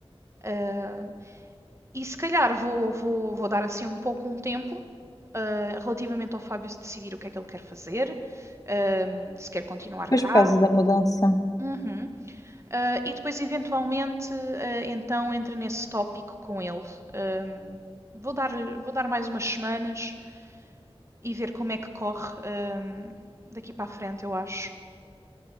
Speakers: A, on the right (about 25°); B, on the left (about 35°).
A: Ah, e se calhar vou, vou, vou dar assim um pouco um tempo, ah, relativamente ao Fábio decidir o que é que ele quer fazer, ah, se quer continuar
B: pois
A: cá.
B: por causa da mudança.
A: Uhum. Ah, e depois, eventualmente, ah, então entra nesse tópico com ele. Ahm, vou, dar, vou dar mais umas semanas e ver como é que corre ahm, daqui para a frente, eu acho.